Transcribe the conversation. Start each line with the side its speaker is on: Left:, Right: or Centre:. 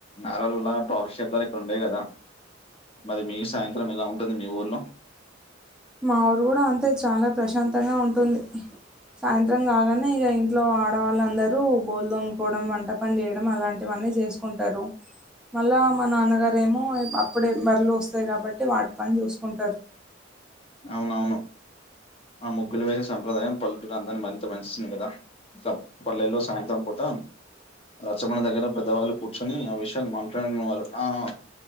Left: నారలులా ట్రాఫీ శబ్దాలు ఇక్కడ ఉండేయి కదా మరి మీ సాయంత్రం ఇలా ఉంటుంది మీ ఊర్లో
Centre: మా ఊరు కూడా అంతే చాలా ప్రశాంతంగా ఉంటుంది సాయంత్రం కాగానే ఇక ఇంట్లో ఆడవాళ్ళందరూ బోల్ దోమ్కోవడం వంట పని చేయడం అలాంటి అన్ని చేసుకుంటారు మళ్ళా మా నాన్నగారేమో అప్పుడే బర్రలు వస్తాయి కాబట్టి వాటి పని చూసుకుంటారు
Left: అవునవును ఆ ముగ్గులు వేసే సంప్రదాయం పల్లెటగా అందని మరింత పస్తుంది కదా ఒక పల్లెలో సాయంత్రం పుట్ రచ్చమండ దగ్గర పెద్దవాళ్ళు కూర్చొని ఆ విషయాన్ని మాట్లాడుకురు ఆ ఆ